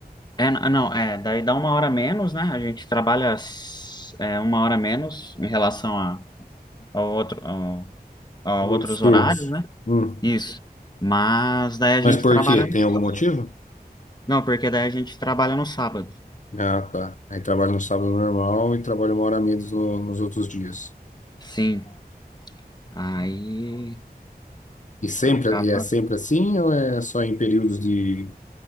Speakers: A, on the left (about 25°); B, on the left (about 50°).
A: É, n- não, é, daí dá uma hora a menos, né? A gente trabalha s- é, uma hora a menos em relação a, ao outro, ao, a
B: Por
A: outros
B: outros
A: horários,
B: turnos.
A: né?
B: Hum.
A: Isso. Mas daí a
B: Mas
A: gente
B: por
A: trabalha
B: quê?
A: no
B: Tem
A: sábado.
B: algum motivo?
A: Não, porque daí a gente trabalha no sábado.
B: Ah, tá. Aí trabalho no sábado normal e trabalho uma hora a menos no- nos outros dias.
A: Sim. Aí.
B: E sempre,
A: Acaba.
B: e é sempre assim ou é só em períodos de...